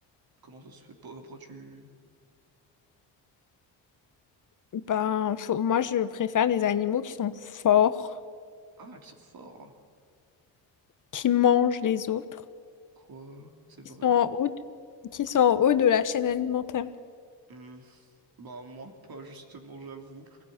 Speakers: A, on the right; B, on the left.
A: Comment ça se fait? Pour- Pourquoi tu...
B: Ben, faut- moi, je préfère les animaux qui sont forts,
A: Ah, qu'ils sont forts.
B: qui mangent les autres,
A: Quoi? C'est
B: qui
A: vrai?
B: sont en haut de- qui sont en haut de la chaîne alimentaire.
A: Hmm. Bah moi pas justement j'avoue.